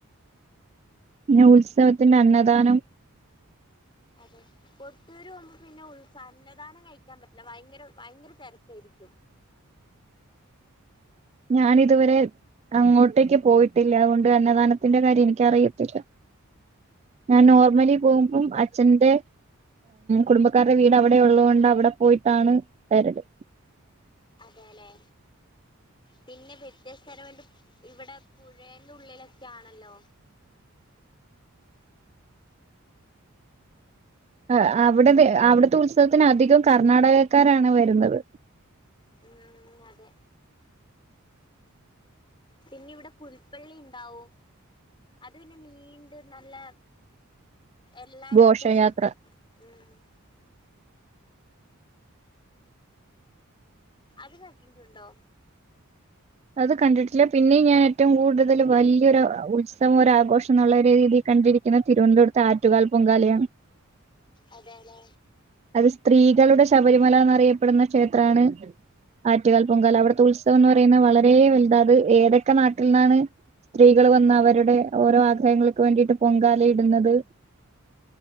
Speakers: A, on the right; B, on the left.
A: പിന്നെ ഉത്സവത്തിന്റെ അന്നദാനം
B: അതെ കൊട്ടൂരു പോവുമ്പോ പിന്നെ ഉത്സ സ അന്നധാനം കഴിക്കാൻ പറ്റില്ല ഭയങ്കര ഭയങ്കര തിരക്കായിരിക്കും.
A: ഞാനിതുവരെ അങ്ങോട്ടേക്ക് പോയിട്ടില്ല അതുകൊണ്ട് അന്നദാനത്തിന്റെ കാര്യം എനിക്കറിയത്തില്ല. ഞാൻ നോർമലി പോകുമ്പം അച്ഛന്റെ കുടുംബക്കാരുടെ വീട് അവിടെ ഉള്ളത് കൊണ്ട് അവിടെ പോയിട്ടാണ് വരല്
B: അതെല്ലെ പിന്നെ വ്യത്യസ്ഥരംണ്ട് ഇവിടെ പുഴേന്റെ ഉള്ളിലൊക്കെ ആണല്ലോ
A: ആ അവിടത്തെ അവിടുത്തെ ഉത്സവത്തിന് അധികം കർണാടകക്കാരാണ് വരുന്നത്.
B: മം അതെ പിന്നെ ഇവിടെ പുൽപ്പള്ളി ഉണ്ടാവും അത് പിന്നെ നീണ്ട് നല്ല എല്ലാരും
A: ഘോഷയാത്ര
B: അത്യാവശ്യം ഉം അത് കണ്ടിട്ടുണ്ടോ
A: അത് കണ്ടിട്ടില്ല പിന്നെയും ഞാൻ ഏറ്റവും കൂടുതല് വലിയൊരു ഉത്സവം ഒരാഘോഷം എന്നുള്ള രീതിയിൽ കണ്ടിരിക്കുന്നത് തിരുവനന്തപുരത്തെ ആറ്റുകാൽ പൊങ്കാലയാണ്.
B: അതെ അതെ
A: അത് സ്ത്രീകളുടെ ശബരിമലാന്നറിയപ്പെടുന്ന ക്ഷേത്രാണ് ആറ്റുകാൽ പൊങ്കാല അവിടുത്തെ ഉത്സവംന്ന് പറയുന്നത് വളരെ വലുത അത് ഏതൊക്കെ നാട്ടിൽ നിന്നാണ് സ്ത്രീകൾ വന്ന് അവരുടെ ഓരോ ആഗ്രഹങ്ങൾക്ക് വേണ്ടിട്ട് പൊങ്കാല ഇടുന്നത്